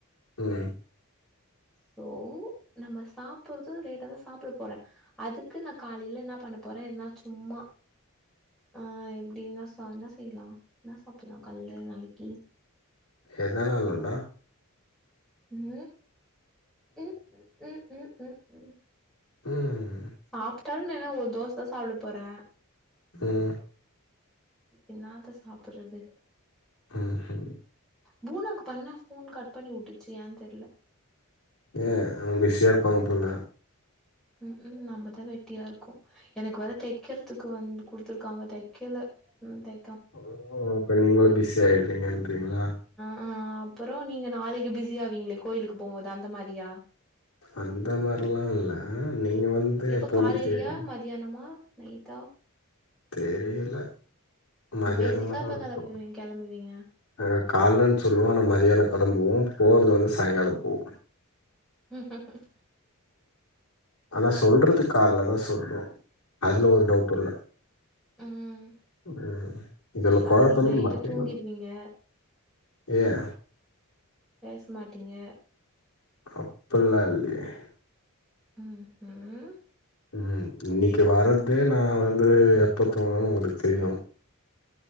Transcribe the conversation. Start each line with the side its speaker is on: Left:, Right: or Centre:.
Left: ம்
Centre: சோ நம்ம சாப்பிடுறதும் லேட்டா தா சாப்பிட போறே அதுக்கு நா காலையில என்ன பண்ண போறே எனா சும்மா ஆ எப்படின்னா ச என்ன செய்லா என்ன சாப்பிடலா கல்ல நாளைக்கு
Left: எதனாலடா
Centre: உம் உ ம் ம் ம் ம் ம்
Left: ம்
Centre: சாப்பிட்டாலு நன ஒரு தோசை தா சாப்பிட போறே
Left: ம்
Centre: என்னாதா சாப்பிறது
Left: ஆ ம்
Centre: பூனாக்கு பண்ணா போன் கட் பண்ணி விட்டுச்சு ஏன்னு தெரில
Left: ஏ அவங்க பிசியா இருப்பாங்க போல
Centre: ம் ம் நம்மதா வெட்டியா இருக்கு எனக்கு வேற தைக்கறதுக்கு வந் குடுத்துருக்காங்க தைக்கல ம் தை
Left: ஸ்கூல் ஓப்பனிங் னால பிஸி ஆயிடுறீங்கங்களா
Centre: அ அப்புறோ நீங்க நாளைக்கு பிஸி ஆவீங்களே கோயிலுக்கு போம்போது அந்த மாரியா
Left: அந்த மாரில்லா இல்ல நீங்க வந்து
Centre: எப்ப
Left: எப்பவும்
Centre: காலையிலேயே
Left: பிஸி ஆயிடுவீங்க.
Centre: மதியானமா நீதா
Left: தெரியல மத்தியானமாதா
Centre: பேசிக்கா எப்ப
Left: இருக்கு
Centre: கெளப்பிவி கெளம்புவீங்க
Left: அ காலேலன்னு சொல்லுவோ ஆனா மத்தியானம் கிளம்புவோ போறது வந்து சாயங்கால போ
Centre: ம் ம் ம்
Left: ஆனா சொல்றது கால்லதா சொல்லு அதுல ஒரு டவுட்டுல்ல
Centre: ம்
Left: ம் இதுல
Centre: அப்ப
Left: கொழப்பமே
Centre: நீங்க நைட்டு
Left: <unintelligible>
Centre: தூங்கிடுவீங்க
Left: ஏ
Centre: பேச மாட்டீங்க
Left: அப்புல்லா இல்லயே
Centre: ம்ஹும்
Left: ம் இன்னக்கி வர்றதே நா வந்து எப்ப தூங்குவன் உங்களுக் தெரியு